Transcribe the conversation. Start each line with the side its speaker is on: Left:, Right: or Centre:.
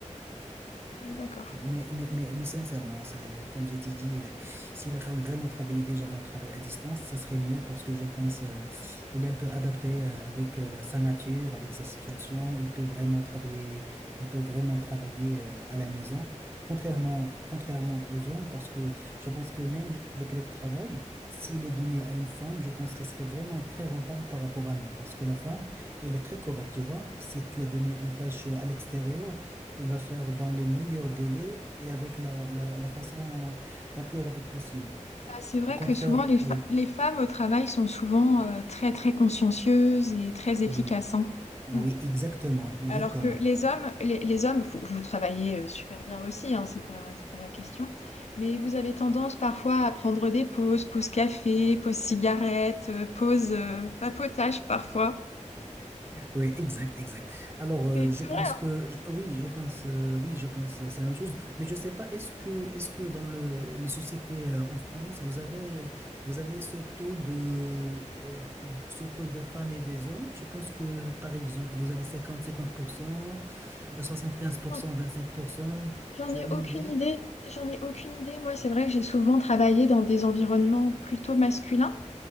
Left: Oui, d'accord.
Right: Mais, mais, mais, mais sincèrement, c'est, comme j'ai dit, euh, si la femme vraiment travaillait déjà un travail à distance, ça serait mieux parce que je pense euh, il est un peu adapté euh, avec euh, sa nature, avec sa situation. Il peut vraiment travailler, il peut vraiment travailler euh, à la maison, contrairement, contrairement aux hommes, parce que je pense que même le télétravail, s'il est donné à une femme, je pense que ça serait vraiment très rentable par rapport à nous, parce que la femme, elle est très correcte, tu vois. Si tu as donné une tâche euh, à l'extérieur, il va faire dans les meilleurs délais et avec la, la, la façon la plus rapide possible.
Left: Bah, c'est vrai
Right: Au contraire,
Left: que souvent, les, fa-
Right: oui,
Left: les femmes au travail sont souvent euh, très, très consciencieuses et très efficaces.
Right: oui,
Left: hein.
Right: oui,
Left: Mm.
Right: exactement, exactement.
Left: Alors que les hommes, les, les hommes, vous, vous travaillez euh, super bien aussi, hein, c'est pas, c'est pas la question, mais vous avez tendance parfois à prendre des pauses, pause café, pause cigarette, euh, pause euh, papotage parfois.
Right: Oui, exact, exact. Alors, euh,
Left: C'est
Right: je
Left: c'est
Right: pense
Left: vrai, hein.
Right: que oui, je pense, euh, oui, je pense, euh, c'est la même chose. Mais je sais pas, est-ce que, est-ce que dans le, les sociétés euh, en France, vous avez, euh, vous avez ce taux de, euh, ce taux de femmes et des hommes? Tu penses que, par exemple, vous avez 50, 50%, 75%,
Left: J'en
Right: 25%?
Left: j'en
Right: Tu
Left: ai
Right: as une
Left: aucune
Right: idée?
Left: idée, j'en ai aucune idée. Moi, c'est vrai que j'ai souvent travaillé dans des environnements plutôt masculins,